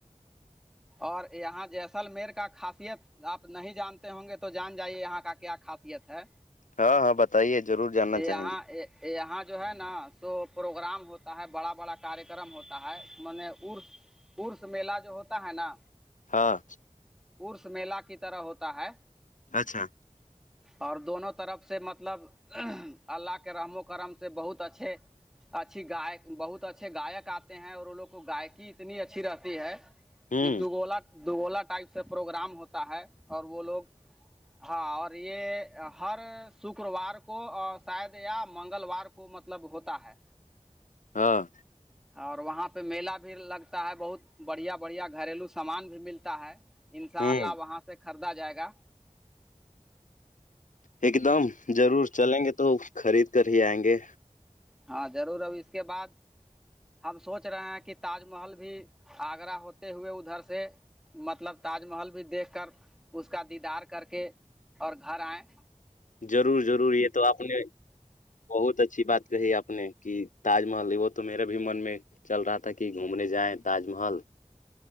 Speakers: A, in the centre; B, on the left (about 85°).
A: اور یہاں جیسلمیر کا خاصیت آپ نہیں جانتے ہوں گے تو جان جائیے یہاں کا کیا خاصیت ہے
B: ہاں ہاں بتائیے ضرور جاننا
A: یہ
B: چاہیں
A: آ
B: گے
A: یہاں جو ہے نا سو پروگرام ہوتا ہے بڑا بڑا کاریہ کررم ہوتا ہے میں نےر ارس میلہ جو ہوتا ہے نا
B: ہاں
A: ارس میلہ کی طرح ہوتا ہے
B: اچھا
A: اور دونوں طرف سے مطلب اللہ کے رحم و کرم سے بہت اچھے اچھی گ بہت اچھے گاک آتے ہیں اور ان لوگ کو گائکی اتنی اچھی رہتی ہے
B: ہوں
A: کہ دوگولا دوگولا ٹائپ سے پروگرام ہوتا ہے اور وہ لوگ ہاں اور یہ ہر شکروار کو کو شاید یا منگلوار کو مطلب ہوتا ہے
B: ہاں
A: اور وہاں پہ میلا بھی لگتا ہے بہت بڑھیا بڑھیا گھریلو سامان بھی ملتا ہے ان شاء
B: ہوں
A: اللہ وہاں سے خریدا جائے گا
B: ایک دم ضرور چلیں گے تو خرید کر ہی آئیں گے
A: ہاں ضرور اب اس کے بعد ہم سوچ رہے ہیں کہ تاج محل بھی آگرہ ہوتے ہوئے ادھر سے مطلب تاج محل بھی دیکھ کر اس کا دیدار کر کے اور گھر آئے
B: ضرور ضرور یہ تو آپ نے بہت اچھی بات کہی آپ نے کہ تاج محل وہ تو میرے بھی من میں چل رہا تھا کہ گھومنے جائیں تاج محل